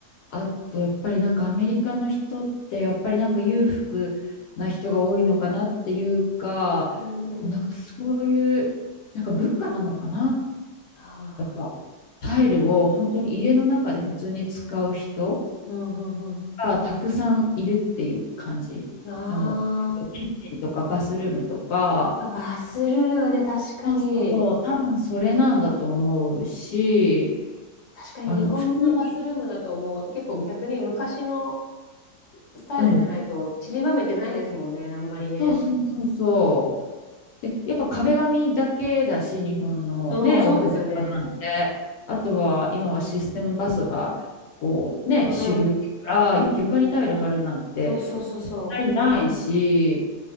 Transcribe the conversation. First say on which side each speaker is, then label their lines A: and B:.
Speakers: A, on the left (about 80°); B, on the left (about 50°).
A: あとやっぱりなんかアメリカの人ってやっぱりなんか裕福な人が多いのかなっていうか、
B: うんうんうん
A: なんかそういうなんか文化なのかな。
B: ああ、
A: やっぱタイルを本当に家の中で普通に使う人
B: うんうん
A: がたくさんいるっていう感じ。
B: うん。あー
A: あの、キッチンとかバスルームとか、
B: あ、バスルームね、確かに。
A: そうそうそう、多分それなんだと思うし、
B: 確かに日本のバスルームだともう結構逆に昔の
A: あの、普通に、
B: スタイルじゃないと散りばめてないですもんね、
A: うん、
B: あんまりね。
A: そうそうそうそう。で、やっぱ壁紙だけだし、日本のね、
B: うん、そうですよね。
A: お風呂なんて、あとは今はシステムバスが、こうね、
B: うんうん。
A: 主流だから、床にタイル張るなんて絶対ないし、
B: そうそうそうそ